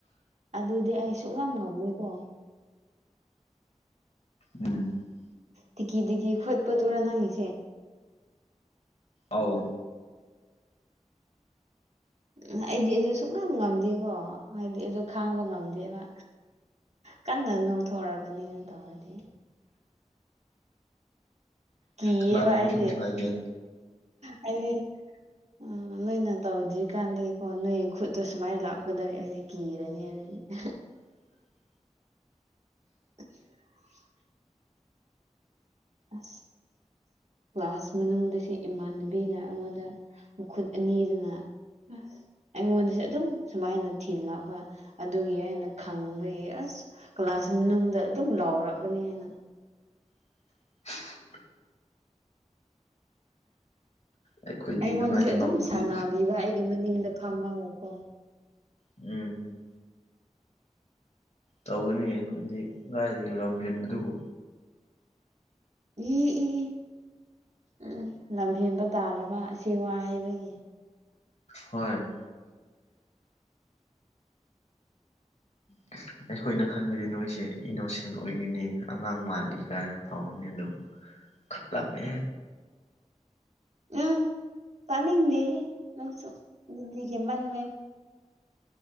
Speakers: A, on the right; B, on the left.
A: ꯑꯗꯨꯗꯤ ꯑꯩ ꯁꯨꯡꯛ ꯉꯝ ꯉꯝꯅꯤꯦꯀꯣ
B: ꯎꯝ
A: ꯇꯛꯤ ꯇꯤ ꯈꯣꯠ ꯐꯠ ꯎꯔ ꯅꯅꯥꯉꯁꯦ
B: ꯑꯥꯎ
A: ꯎ ꯑꯩꯗꯤ ꯑꯗꯨ ꯁꯨꯅꯝ ꯉꯝꯗꯦꯀꯣ ꯍꯥꯏꯗꯤ ꯑꯗꯨ ꯈꯥꯡꯕ ꯉꯝꯗꯦ ꯃꯥ ꯀꯟꯅ ꯅꯣꯛꯊꯣꯛꯑꯒꯅꯦꯅ ꯇꯧꯔꯗꯤ ꯀꯕ
B: ꯀꯅꯥꯅꯣ
A: ꯍꯥꯏꯗꯤ
B: ꯅꯣꯛꯀꯅꯨ ꯍꯥꯏꯒꯦ
A: ꯍꯥꯏꯗꯤ ꯎꯝ ꯅꯣꯏꯅ ꯇꯧꯗ꯭ꯔꯤ ꯀꯥꯟꯗꯀꯣ ꯅꯣꯏ ꯈꯨꯠꯇꯨ ꯁꯨꯃꯥꯏꯅ ꯂꯥꯛꯀꯗꯧꯦ ꯑꯩꯗꯤ ꯀꯤꯔꯅꯤ ꯍꯥꯏꯔꯅꯤ <unintelligible>
B: <unintelligible>
A: <inaudible> ꯑ ꯀ꯭ꯂꯥꯁ ꯃꯅꯨꯡꯗꯁꯤ ꯏꯃꯥꯟꯅꯕꯤꯅ ꯑꯩꯉꯣꯟꯗ ꯃꯈꯨꯠ ꯑꯅꯤꯗꯨꯅ ꯑꯁ ꯑꯩꯉꯣꯟꯗꯁꯨꯦ ꯑꯗꯨꯝ ꯁꯨꯃꯥꯏꯅ ꯊꯤꯜꯂꯛꯕ ꯑꯗꯨꯒꯤ ꯑꯩꯅ ꯈꯪꯕꯒꯤ ꯑꯁ ꯀ꯭ꯂꯥꯁ ꯃꯅꯨꯡꯗ ꯑꯗꯨꯝ ꯂꯥꯎꯔꯛꯕꯅꯤ ꯑꯩꯅ
B: <inaudible> ꯑꯩꯈꯣꯏꯗꯤ
A: ꯑꯩꯉꯣꯟꯗꯁꯨ
B: ꯑꯗꯨꯃꯥꯏꯅ
A: ꯑꯗꯨꯝ
B: ꯂꯧꯕꯗꯤ
A: ꯁꯥꯟꯅꯕꯤꯕ ꯑꯩꯒꯤ ꯃꯅꯤꯡꯗ ꯐꯝꯃꯒꯀꯣ
B: ꯎꯝ ꯎꯝ ꯇꯧꯒꯅꯤ ꯅꯣꯏꯗꯤ ꯀꯥꯏꯗꯒꯤ ꯂꯝ ꯍꯦꯟꯕꯗꯨꯕꯨ
A: ꯏ ꯏ ꯏ ꯎꯝ ꯂꯝꯍꯦꯟꯕ ꯇꯥꯔꯕ ꯑꯁꯤ ꯋꯥ ꯍꯥꯏꯕꯒꯤ
B: ꯍꯣꯏ <unintelligible> ꯑꯩꯈꯣꯏꯅ ꯈꯟꯕꯗꯤ ꯅꯣꯏꯁꯦ ꯏꯅꯣꯁꯦꯟ ꯑꯣꯏꯒꯅꯤ ꯑꯉꯥꯡ ꯃꯥꯜꯂꯤ ꯀꯥꯏ ꯇꯧꯕꯅꯤ ꯑꯗꯣ ꯈꯠꯂꯝꯃꯦ
A: ꯎꯝ ꯇꯥꯅꯤꯡꯗꯦꯍꯦ ꯅꯪꯁꯨ ꯍꯦꯃꯟꯂꯦ